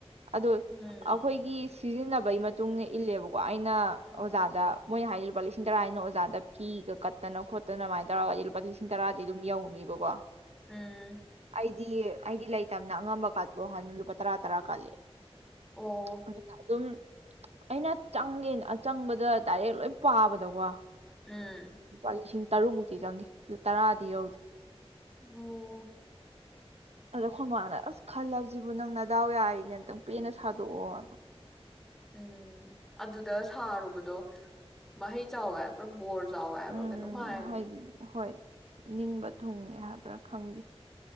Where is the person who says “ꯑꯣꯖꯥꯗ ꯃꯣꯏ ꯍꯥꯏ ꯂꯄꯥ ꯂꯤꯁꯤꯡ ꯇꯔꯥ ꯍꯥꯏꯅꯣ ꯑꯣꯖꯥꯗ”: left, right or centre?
Right